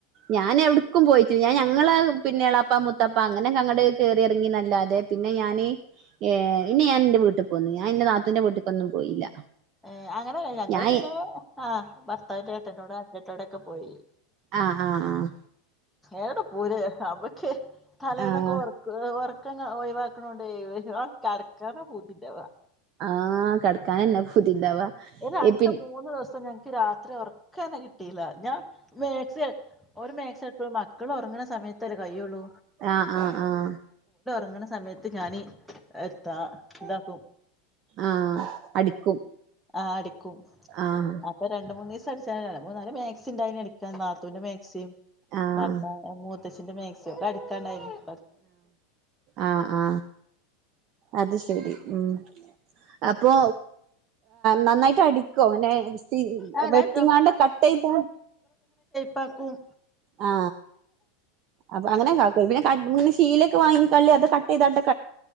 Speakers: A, on the right; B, in the centre.
A: ഞാൻ എവിടക്കും പോയിട്ട ഞാൻ ഞങ്ങള പിന്നെ ഇളാപ്പ മുത്താപ്പ അങ്ങനെക്കെ അങ്ങട് കേറി ഇറങ്ങി നല്ലാതെ പിന്നെ ഞാന് ഏ ഇനി ഞാൻ എന്റെ വീട്ടിൽ പോകുന്നു ഞാൻ ഇന്റെ താത്തൂന്റെൂ വീട്ടിക്കൊന്നും പോയില്ല
B: ഏ അങ്ങനെല്ല ഞങ്ങള്
A: ഞാൻ
B: പിന്നെ ആ ഭർത്താവിന്റെ ഏട്ടൻ്റോട് അഞ്ചൻ്റോടെ ഒക്കെ പോയി
A: ആഹ് ആഹ്
B: എടാ പൂര അപ്പൊ ക്ഷെ തലേന്നൊക്കെ
A: ആഹ്
B: വർക്ക്‌ വർ ക്ക ഒഴിവാക്കാനൊണ്ടെ കിടക്കാന പൂത്തിത്തെവ
A: ആ കിടക്കാൻന്നെ പുുതിണ്ടവാ
B: ഒരു രണ്ട്
A: പി
B: മൂന്ന് ദിവസം ഞങ്ങക്ക് രാത്രി ഉറക്ക തന്നെ കിട്ടിയില്ല ഞാൻ മേ ഒരു മേസ എടു മക്കള ഉറങ്ങണ സമയത്തല്ലേ കയിയുള്ളൂ
A: ആ ആഹ് ആഹ്
B: അങ്ങണ സമയത്ത് ഞാന് എത്താ ഇതാക്കും
A: ആഹ് അടിക്കും.
B: ആ് അടു
A: ആഹ്
B: അപ്പൊ രണ്ട മൂന്ന് ദിവസ മൂന്നാല് മാക്സി ഉണ്ട എനിക്കാ നാത്തൂന്റെ മാക്സിം
A: ആഹ്
B: പത്ത മ <unintelligible> അച്ഛന്റെ മാക്സിയൊക്കെ ഒക്കെ അടുക്കാണ്ടായിരുന്നു.
A: ആആആ അത് ശരി ഉം അപ്പൊ നന്നായിട്ട് അടി നെ
B: ആ
A: വെട്ടിങ്ങാണ്ട്
B: ഞാൻ
A: കട്ട് ചെയ്ത
B: പക്കും
A: ആ അപ്പൊ അങ്ങനെന്ന ശീലൊക്കെ വാങ്ങിക്കള്ളി അത് കട്ട് ചെയ്ട്ട